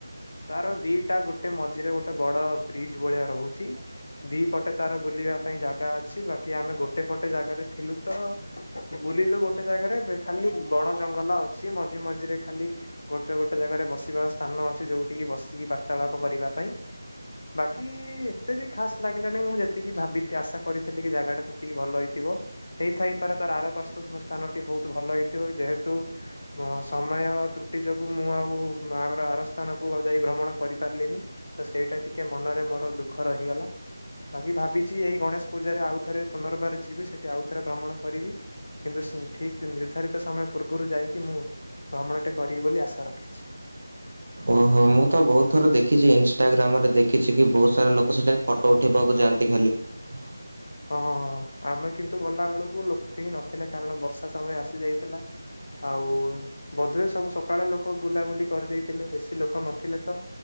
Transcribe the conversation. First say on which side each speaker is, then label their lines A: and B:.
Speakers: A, on the left; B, on the right.
A: ତାର ଦିଟା ଗୋଟେ ମଝିରେ ଗୋଟେ ବଡ ବ୍ରିଜ ଭଳିଆ ରହୁଛି। ଦି ପଟେ ତାର ବୁଲିବା ପାଇଁ ଜାଗା ଅଛି। ବାକି ଆମେ ଗୋଟେ ପଟେ ଜାଗାରେ ଥିଲୁ। ତ ବୁଲିଲୁ ଗୋଟେ ଜାଗାରେ ଖାଲି ବଣ ଜଙ୍ଗଲ ଅଛି। ମଝି ମଝିରେ ଖାଲି ଗୋଟେ ଗୋଟେ ଜାଗାରେ ବସିବା ସ୍ଥାନ ଅ ଯୋଉଠି ବସିକି ବାର୍ତ୍ତାଳାପ କରିବା ପାଇଁ ବାକି ଏତେ ବି ଖାସ ଲାଗିଲାନି। ମୁଁ ଯେତିକି ଭାବି ଆଶା କରିଥିଲି। କି ଜାଗାଟା ସେତିକି ଭଲ ହେଇଥିବ ହେଇଥାଇପାରେ। ତାର ଆର ପାର୍ଶ୍ୱଵ ସ୍ଥାନ ଟି ବହୁତ ଭଲ ହେଇଥିବ। ଯେହେତୁ ସମୟ ତ୍ରୁଟି ଯୋଗୁ ମୁଁ ଆଉ ଆଗର ଆର ସ୍ଥାନକୁ ଯାଇ ଭ୍ରମଣ କରିପାରିଲିନି। ତ ସେଇଟା ଟିକେ ମନରେ ମୋର ଦୁଃଖ ରହିଗଲା। ବାକି ଭାବିଛି ଏଇ ଗଣେଶ ପୂଜାରେ ଆଉଥରେ ପୁନର୍ବାର ଯିବି ସେଠି ଆଉ ଥରେ ଭ୍ରମଣ କରିବି। କିନ୍ତୁ ଠିକ ନିର୍ଦ୍ଧାରିତ ସମୟ ପୂର୍ବରୁ ଯାଇକି ମୁଁ ଭ୍ରମଣଟେ କରିବି ବୋଲି ଆଶା ରଖିଛି। <inaudible>
B: ଓହୋ ମୁଁ ତ ବହୁତ ଥର ଦେଖିଛି ଇନସଷ୍ଟାଗ୍ରାମ ରେ ଦେଖିଛି। କି ବହୁତ ସାରା ଲୋକ ସେଠାରେ ଫଟୋ ଉଠେଇବାକୁ ଯାଆନ୍ତି ଖାଲି। ମୁଁ
A: ହଁ ଆମେ କିନ୍ତୁ ଗଲା ବେଳକୁ ଲୋକ କେହି ନଥିଲେ। କାରଣ ବର୍ଷା ସମୟ ଆସି ଯାଇଥିଲା। ଆଉ ବୋଧେ ସବୁ ସକାଳେ ଲୋକ ବୁଲାବୁଲି କରିଦେଇଥିଲେ। ବେଶୀ ଲୋକ ନଥିଲେ ତ